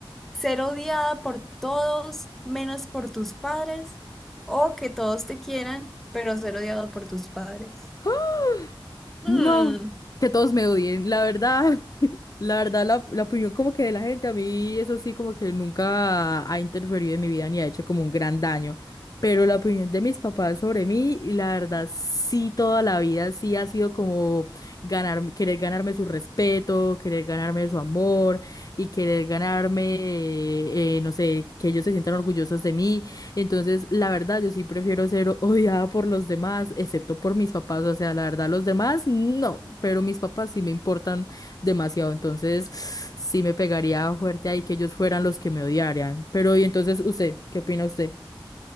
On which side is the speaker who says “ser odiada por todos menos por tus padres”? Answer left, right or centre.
Centre